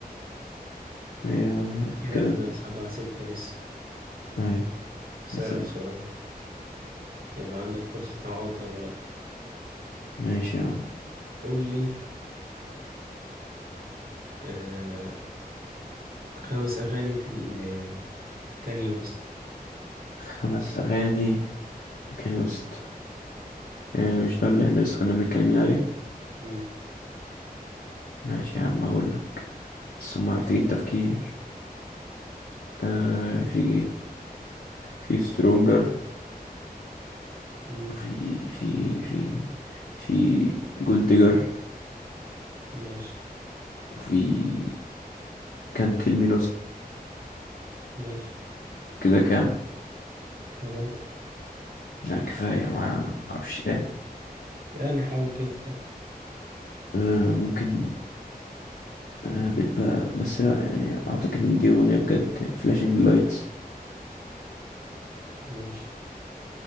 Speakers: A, on the left; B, on the right.
A: هي
B: كده
A: كده
B: احنا سبعة ستة لسه
A: هاي
B: هسألك
A: بس
B: سؤال هيبقى عندك فرصة تعوض ولا لأ
A: ماشي يا عم
B: قول لي آه خمس أغاني لكاني ويست
A: خمس اغاني لكن وسط آه مش ده اللي احنا لسه كنا بنتكلمين عليه
B: مم.
A: ماشي يا عم اقولك بس هما محتاجين تفكير آه في في سترونجر
B: مم،
A: وفي في في في جولدجر
B: ماشي
A: وفي كان تيل مي
B: ماشي
A: كده كام
B: ثلاثة
A: لا كفاية ما معرفش تاني
B: يعني حاول كده تفكر
A: أه ممكن أه بتبقى بس لا يعني أعتقد إن دي أغنية بجد فلاشينج لايتس
B: ماشي